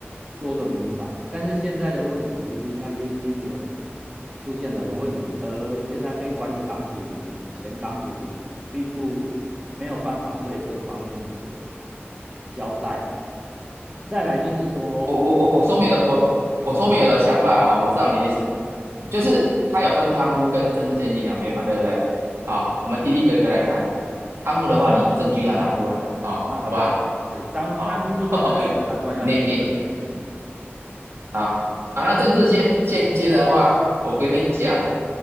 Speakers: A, on the right; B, on the right.
A: 说个明白。但是现在的问题就是那些金流出现了问题，而现在被关的党主席、前党主席并不没有办法对这方面有个交代。再来就是说。
B: 我我我我说明了我我说明了我的想法了哈，我知道你的意思，
A: 嗯，
B: 就是他有分贪污跟政治献金两边嘛，对不对？
A: 对，
B: 啊，我们一个一个来看，贪污的话，
A: 哎，
B: 你证据要拿出来啊，
A: 啊，当然了，
B: 好不好？
A: 对，当贪污就变成检察官要举证了，
B: 好，<laughs> 你
A: 哎，
B: 好啊。那政治现现今的话，我跟你讲，